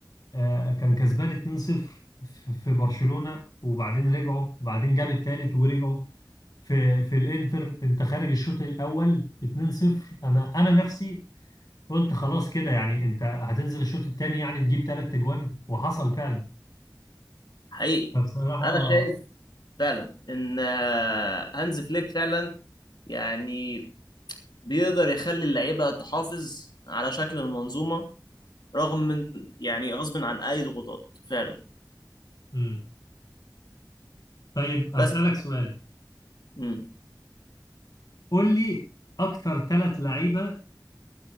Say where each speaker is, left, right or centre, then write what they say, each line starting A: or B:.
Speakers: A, on the left (about 60°); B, on the left (about 75°).
A: آه، كان كسبان 2-0 في في برشلونة وبعدين رجعوا وبعدين جاب التالت ورجعوا في في الانتر انت خارج الشوط الاول 2-0 انا انا نفسي قلت خلاص كده يعني انت هتنزل الشوط التاني يعني تجيب تلات اجوان وحصل فعلا
B: حقيقي
A: فبصراحة
B: انا شايف فعلا ان آه، هانز فليك فعلا يعني بيقدر يخلي اللعيبة تحافظ على شكل المنظومة رغم من يعني غصب عن اي ضغوطات فعلا
A: مم. طيب
B: بس
A: أسألك سؤال
B: امم
A: قول لي أكتر ثلاث لعيبة